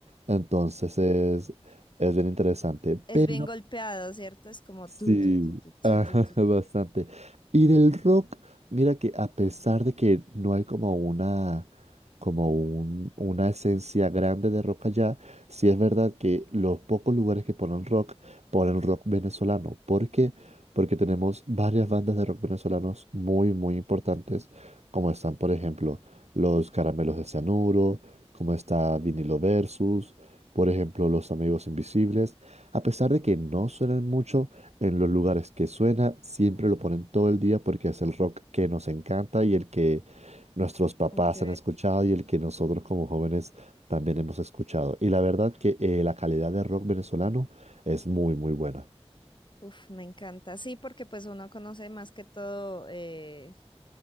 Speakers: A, on the right; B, on the left.
A: Entonces es, es bien interesante.
B: Es
A: Pero
B: bien golpeado, ¿cierto? Es como
A: Sí,
B: tu, tu, tu, tu, tu,
A: ajá,
B: tu, tu,
A: <laughs>
B: tu.
A: bastante.
B: tú.
A: Y del rock, mira que a pesar de que no hay como una, como un, una esencia grande de rock allá, sí es verdad que los pocos lugares que ponen rock, ponen rock venezolano. ¿Por qué? Porque tenemos varias bandas de rock venezolanos muy, muy importantes, como están, por ejemplo, los Caramelos de Cianuro, como está Vinilo Versus, por ejemplo, los Amigos Invisibles. A pesar de que no suenan mucho, en los lugares que suena, siempre lo ponen todo el día porque es el rock que nos encanta y el que nuestros papás
B: Ok.
A: han escuchado y el que nosotros como jóvenes también hemos escuchado. Y la verdad que eh, la calidad de rock venezolano es muy, muy buena.
B: Uf, me encanta. Sí, porque pues uno conoce más que todo, eh,